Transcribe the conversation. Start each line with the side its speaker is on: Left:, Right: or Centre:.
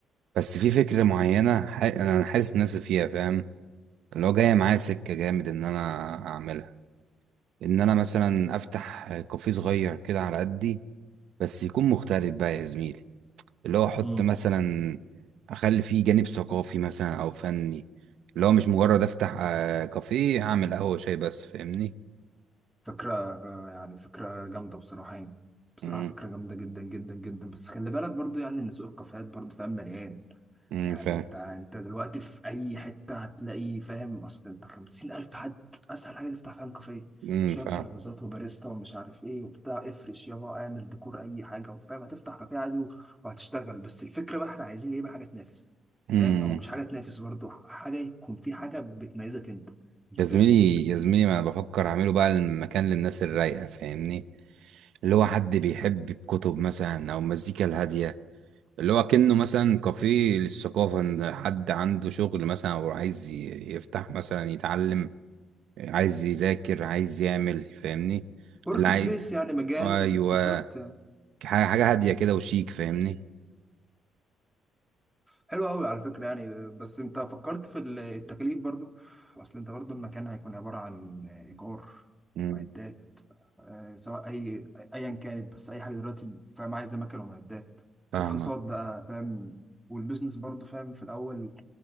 Right: بس في فكرة معينة ح... انا حاسس نفسي فيها فاهم اللي هو جاية معايا سكة جامد ان انا اعملها ان انا مثلا افتح كافيه صغير كده على قدي بس يكون مختلف بقى يا زميلي اللي هو احط
Centre: ايه؟
Right: مثلا اخلي فيه جانب ثقافي مثلا او فني اللي هو مش مجرد افتح آه، كافيه اعمل قهوة شاي بس فاهمني
Centre: فكرة يعني فكرة جامدة بصراحة يعني بصراحة
Right: امم
Centre: فكرة جامدة جدا جدا جدا بس خلي بالك برضو يعني ان سوق الكافيهات برضو فاهم مليان
Right: أمم،
Centre: يعني
Right: فاهم
Centre: انت انت دلوقتي في اي حتة هتلاقي فاهم اصل انت خمسين الف حد اسهل حاجة تفتح فاهم كافيه
Right: امم
Centre: شوية
Right: فاهم
Centre: ترابيزات وباريستا ومش عارف ايه وبتاع افرش يابا اعمل ديكور اي حاجة وفاهم هتفتح كافيه عادي و- وهتشتغل بس الفكرة بقى احنا عايزين ايه بقى حاجة تنافس
Right: امم
Centre: فاهم او مش حاجة تنافس برضو حاجة يكون في حاجة بتميزك انت انت
Right: يا
Centre: فاهمني؟
Right: زميلي يا زميلي ما انا بفكر اعمله بقى المكان للناس الرايقة فاهمني اللي هو حد بيحب الكتب مثلا او المزيكا الهادية اللي هو كأنه مثلا كافيه للثقافة إن حد عنده شغل مثلا أو عايز ي- يفتح مثلا يتعلم عايز يذاكر عايز يعمل فاهمني
Centre: ورك
Right: اللي عايز
Centre: سبيس يعني مجال
Right: أيوه
Centre: بالظبط
Right: حاجة حاجة هادية كده وشيك فاهمني
Centre: حلو قوي على فكرة يعني بس انت فكرت في ال- التكاليف برضو اصل انت برضو المكان هيكون عبارة عن ايجار
Right: مم.
Centre: معدات آه، سواء اي ايا كانت بس اي حاجة دلوقتي فاهم عايزة مكن ومعدات
Right: فاهمك
Centre: ترخيصات بقى فاهم والبيزنس برضو فاهم في الاول